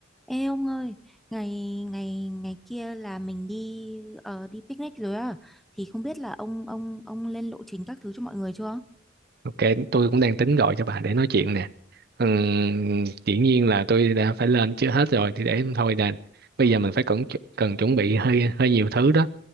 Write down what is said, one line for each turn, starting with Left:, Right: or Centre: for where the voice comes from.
Centre: Ê ông ơi, ngày ngày ngày kia là mình đi ờ, đi picnic rồi á, thì không biết là ông ông ông lên lộ trình các thứ cho mọi người chưa?
Right: Ok, tôi cũng đang tính gọi cho bà để nói chuyện nè. Ừm, dĩ nhiên là tôi đã phải lên chưa hết rồi thì để thôi nè. Bây giờ mình phải cần cần chuẩn bị hơi hơi nhiều thứ đó.